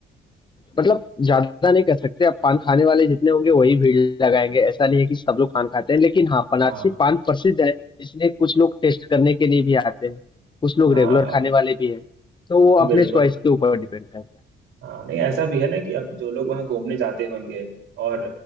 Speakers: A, on the left; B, on the right.
A: मतलब ज्यादा नहीं कह सकते अब पान खाने वाले जितने होंगे वही भीड़ लगाएंगे ऐसा नहीं है कि सब लोग पान खाते हैं लेकिन हाँ बनारसी
B: हाँ
A: पान प्रसिद्ध है इसलिए कुछ लोग टेस्ट करने के लिए भी आते हैं कुछ लोग
B: हाँ
A: रेगुलर खाने वाले भी हैं तो वो अपने
B: बिल्कुल
A: चॉइस के ऊपर डिपेंड करता है
B: हाँ नहीं ऐसा भी है ना कि अब जो लोग वहाँ घूमने जाते होंगे और